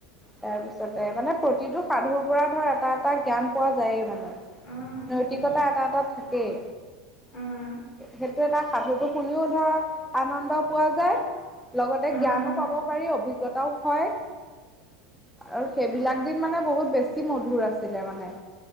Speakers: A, in the centre; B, on the left.
A: তাৰ পিছতে মানে প্ৰতিটো সাধুৰ পৰা ধৰ এটা, এটা জ্ঞান পোৱা যায়েই মানে।
B: উম সেইটোৱে
A: নৈতিকতা এটা, এটাত থাকেই।
B: উম
A: সেইটো এটা সাধুটো শুনিও ধৰ আনন্দ পোৱা যায়। লগতে
B: উম
A: জ্ঞানো পাব পাৰি, অভিজ্ঞতাও হয়। আৰু সেইবিলাক দিন মানে বহুত বেছি মধুৰ আছিলে মানে।